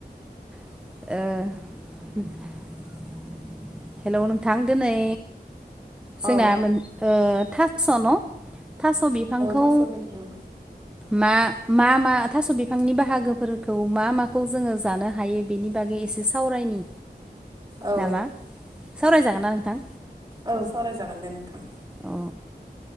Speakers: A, in the centre; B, on the right.
A: ओ हेल' नोंथां दिनै जोंना
B: औ
A: मोन ओ थास' न'। थास' बिफांखौ
B: थास' बिलाइ
A: मा मा मा थास' बिफांनि बाहागोफोरखौ मा माखौ जोङो जानो हायो बेनि बागै एसे सावराय यनि
B: औ
A: नामा सावरायजागोन ना नोंथां?
B: औ सावरायजागोन दे नोंथां।
A: औ।